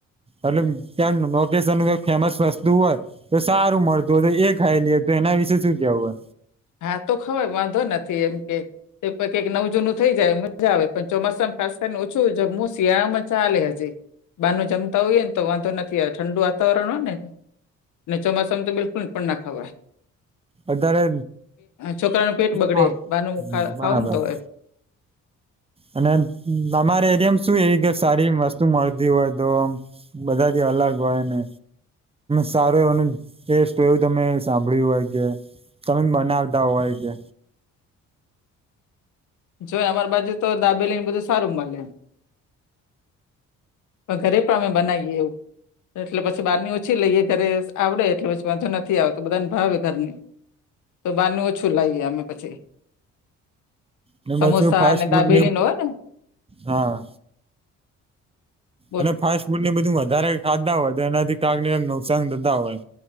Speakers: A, on the right (about 20°); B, on the left (about 80°).
A: એટલે ત્યાં લોકેશન નુ ફેમસ વસ્તુ હોય. તો સારું મળતું હોય તો એ ખાઈ લે, તો એના વિશે શું કેવું હોય.
B: હા તો ખવાય વાંધો નથી એમ કે એ કઈક નવું જૂનું થઈ જાય મજા આવે પણ ચોમાસામાં ખાસ કરીને ઓછું જમું શિયાળમાં ચાલે હજી બારનું જમતા હોઈયએ ને તો વાંધો નથી આવતો ઠંડુ વાતાવરણ હોય ને ને ચોમાસામાં તો બિલકુલ પણ ના ખાવાય.
A: અત્યારે
B: છોકરાનું પેટ બગડે
A: હ
B: બારનું ખા
A: બરાબર‌.
B: ખાવ ને તો
A: <inaudible>
B: એમ
A: અને તમારે એરિયામાં શું એવી કે સારી વસ્તુ મળતી હોય તો ઓમ. બધાથી અલગ હોય ને સારું એનું ટેસ્ટ એવું તમે સાંભળ્યું હોય કે તમે બનાવતા હોય કે
B: જો અમાર બાજુ તો દાબેલી ને બધું સારું મળે. પણ ઘરે પણ અમે બનાવીએ એવું. એટલે પછી બારની ઓછી લઈએ ઘરે આવડે એટલે પછી વાંધો નથી આવતો બધાને ભાવે ઘરની તો બારનું ઓછું લાઇએ અમે પછી.
A: ને
B: સમોસા
A: પછી ફાસ્ટ
B: અને
A: ફૂડ
B: દાબેલી નો હોય ને
A: હા
B: <inaudible>
A: અને ફાસ્ટ ફૂડ ને બધું વધારે ખાતા હોય તો એનાથી કાક ને કાક નુકસાન થતા હોય.